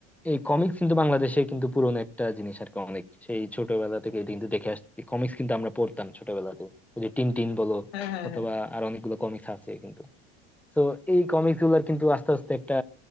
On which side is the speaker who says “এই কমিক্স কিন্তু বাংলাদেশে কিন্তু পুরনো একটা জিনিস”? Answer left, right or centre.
Centre